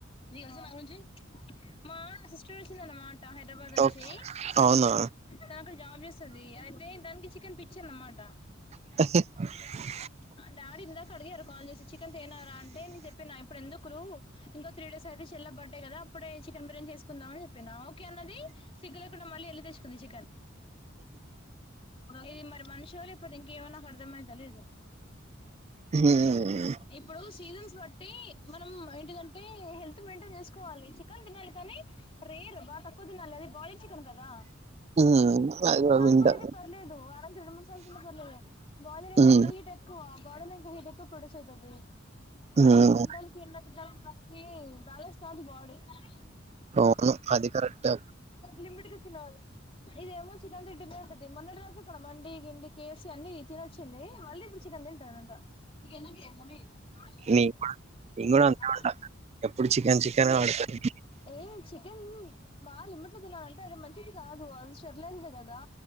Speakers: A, on the left; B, on the right.
A: రస బంచి <unintelligible> మా సిస్టర్ వచ్చింద అన్నమాట హైదరాబాద్ నుంచి
B: ఓకే. అవునా
A: తను అక్కడ జాబ్ చేస్తుంది అయితే దానికి చికెన్ పిచ్చి అన్నమాట
B: అ <inaudible>
A: డాడీ ఇందాక అడిగారు కాల్ చేసి చికెన్ తేనారా అంటే నేను చెప్పిన ఇప్పుడు ఎందుకు ఇంకో త్రీ డేస్ అయితే చెల్ల బర్డే కదా అప్పుడే చికెన్ బిర్యానీ చేసుకుందాం అని ఓకే అన్నది సిగ్గు లేకుడా మళ్ళీ వెళ్లి తెచ్చు కుంది చికెన్ ఇది మరి మనుషో లేక పోతే ఇంకేమైనా అర్థమైతలేదు
B: ఉమ్,
A: ఇప్పుడు సీజన్స్ బట్టి ఏంటి దంటే హెల్త్ మెయింటైన్ చేసుకోవాలి చికెన్ తినాలి కానీ రేర్ బాగా తక్కువ తినాలి అది వా <unintelligible> ల చికన్ కదా
B: ఉమ్, అది కూడా
A: నాటు
B: వింటా
A: కోడి అయితే పర్లేదు వారానికి రెండు మూడు సార్లు తిన్న పర్లేదు బాయిలర్ ఏంట
B: ఉమ్,
A: టంటే హీట్ అయితే ా ప మ ఎ
B: ఉమ్,
A: <unintelligible> బ్యాలన్స్ కాదు బాడి
B: అవును అది కరెక్టే
A: లిమిట్ గా తినాలి ఇది ఎమో చికెన్ తింటూనే ఉంటది మొన్నటి దాక డ మండి గిండి కేఎఫ్సి అన్ని తినొచ్చింది మళ్ళీ ఇప్పుడు చికెన్ తింటారు అంట ఇనంగా మడి <unintelligible>
B: నీ నేను కూడా అంతే ఉంటా ఎప్పుడు చికెన్ చికెన్ ఆడుతాను
A: ఏ చికెన్ బాగా లిమ్ట్ లో తినాలి అంటే అది మంచిది కాదు అ కదా